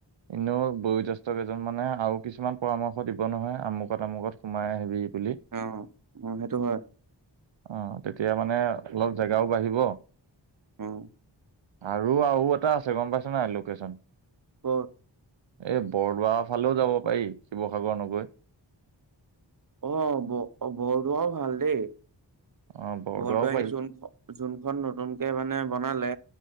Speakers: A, on the right (about 80°); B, on the right (about 45°).
A: এনেও বয়োজেষ্ঠ কেইজন মানে আৰু কিছুমান পৰামৰ্শ দিব নহয়, আমুকত আমুকত সোমাই আহিবি। বুলি,
B: অ অ সেইটো হয়
A: অ', তেতিয়া মানে অলপ জেগাও বাঢ়িব
B: উম।
A: আৰু আৰু এটা আছে গম পাইছ নাই লকেচন।
B: ব
A: এই বৰদোৱা তালেও যাব পাৰি, শিৱসাগৰ নগৈ।
B: অ', ব-বৰদোৱাও ভাল দেই।
A: অ বৰদোৱাও
B: বৰদোৱা
A: পাৰি
B: <unintelligible> যোনখন নতুনকে মানে বনালে